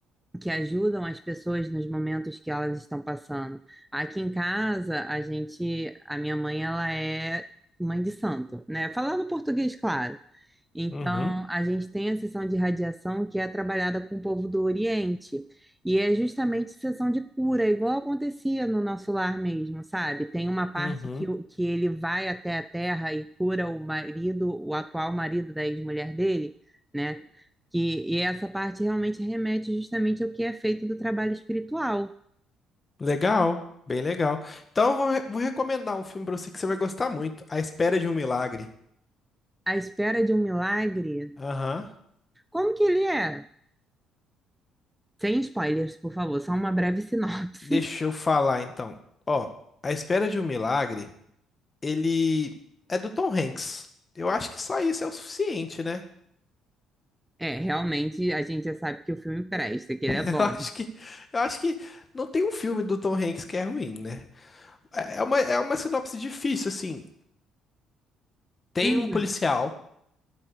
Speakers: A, in the centre; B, on the left.
A: que ajudam as pessoas nos momentos que elas estão passando. Aqui em casa, a gente, a minha mãe, ela é mãe de santo, né? Falando português, claro. Então,
B: uhum,
A: a gente tem a sessão de radiação que é trabalhada com o povo do Oriente. E é justamente sessão de cura, igual acontecia no nosso lar mesmo, sabe? Tem uma parte
B: uhum.
A: que, o- que ele vai até a terra e cura o marido, o atual marido da ex-mulher dele, né? Que, e essa parte realmente remete justamente ao que é feito do trabalho espiritual.
B: Legal, bem legal. Então, eu vou, re- vou recomendar um filme pra você que você vai gostar muito. A Espera de um Milagre.
A: A espera de um milagre.
B: Aham.
A: Como que ele é? Sem spoilers, por favor, só uma breve <laughs> sinopse.
B: Deixa eu falar, então. Ó, A Espera de um Milagre... ele é do Tom Hanks. Eu acho que só isso é o suficiente, né?
A: É, realmente a gente já sabe que o filme presta, que
B: <laughs>
A: ele é bom.
B: Eu acho que, eu acho que não tem um filme do Tom Hanks que é ruim, né? É é uma, é uma sinopse difícil, assim. Tem
A: Uhum.
B: um policial,